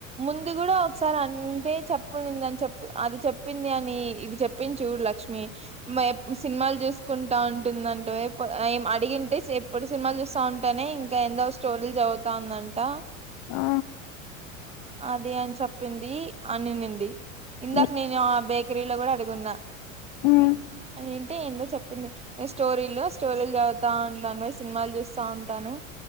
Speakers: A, on the right; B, on the left.
A: ముందు కూడా ఒకసారి అంటే చెప్పుంది అని చెప్పు అది చెప్పింది అని ఇది చెప్పించు లక్ష్మి మ సినిమాలు చూస్త కుంటా ఉంటుందంటే ఏం అడిగింటే ఎప్పుడు సినిమాలు చూస్తా ఉంటేనే ఇంకా ఎందో స్టోరీలు అవుతాందంట
B: ఆ
A: అదే అని చెప్పింది అనినింది ఇందాక
B: ఉమ్
A: నేను ఆ బేకరీలో కూడా అడుగున్నా
B: ఉమ్.
A: అ ఏంటే ఏందో చెప్పింది నేను స్టోరీలు స్టోరీలు చదువుతా ఉంటాను సినిమాలు చూస్తా ఉంటాను